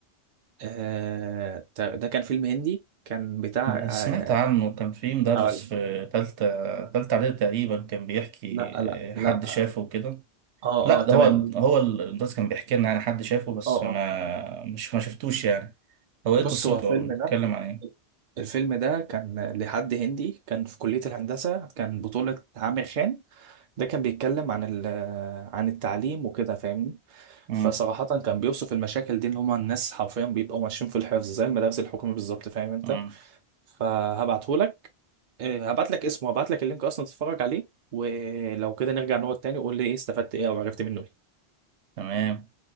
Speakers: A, on the right; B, on the right.
A: آه تا- ده كان فيلم هندي كان بتاع آه
B: سمعت عنه كان في مدرس
A: هقول-
B: في تالتة تالتة إعدادي تقريبا كان بيحكي
A: لا
B: آه،
A: لا لا
B: حد شافه وكده
A: اه
B: لا
A: اه
B: ده
A: تمام
B: هو هو المدرس كان بيحكي لنا يعني حد شافه بس
A: اه
B: ما
A: اه
B: مش ما شفتوش يعني هو ايه
A: بص
B: قصته
A: هو الفيلم
B: هو بيتكلم
A: ده
B: عن ايه
A: الفيلم ده كان لحد هندي كان في كلية الهندسة كان بطولة عامر خان ده كان بيتكلم عن ال- عن التعليم وكده فاهمني
B: مم.
A: فصراحة كان بيوصف المشاكل دي اللي هما الناس حرفيا بيبقوا ماشيين في الحفظ زي المدارس الحكومية بالظبط فاهم انت
B: مم.
A: فهبعتهولك إيه، هبعت لك اسمه هبعت لك اللينك اصلا تتفرج عليه ولو كده نرجع نقعد تاني وقول لي ايه استفدت ايه او عرفت منه ايه
B: تمام